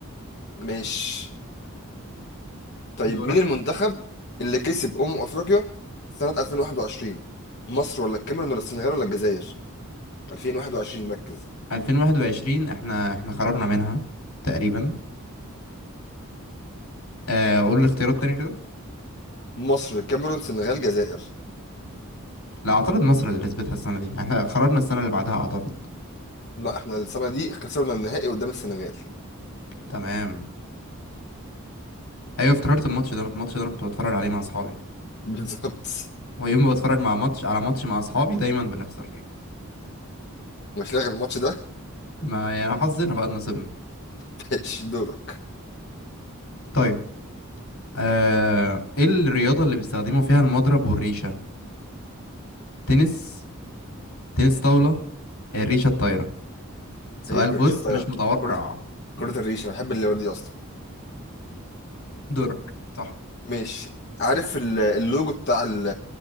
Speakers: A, on the left; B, on the left.
A: ماشي طيب
B: دورك
A: مين المنتخب اللي كسب أمم أفريقيا سنة 2021 مصر ولا الكاميرون ولا السنغال ولا الجزائر 2021 ركز
B: 2021 احنا احنا خرجنا منها تقريبا آه قول الاختيارات تاني كده
A: مصر الكاميرون سنغال جزائر
B: لا اعترض مصر اللي كسبتها السنة دي احنا خرجنا السنة اللي بعدها اعترض
A: لا احنا السنة دي خسرنا النهائي قدام السنغال
B: تمام ايوه افتكرت الماتش ده الماتش ده انا كنت بتفرج عليه مع اصحابي
A: <laughs> بالظبط
B: ويوم ما بتفرج مع ماتش على ماتش مع اصحابي دايما بنخسر فيه
A: مش لاغي الماتش ده
B: ما يعني حظنا بقى إن نصيبنا
A: <laughs> ماشي دورك
B: طيب آه ايه الرياضة اللي بيستخدموا فيها المضرب والريشة تنس تنس طاولة آه، الريشة الطايرة سؤال
A: هي كرة
B: بص
A: الريش الطايرة
B: مش متوقع
A: كرة كرة
B: يعني
A: الريش انا بحب اللي دي اصلا
B: دورك صح
A: ماشي عارف ال- اللوجو بتاع ال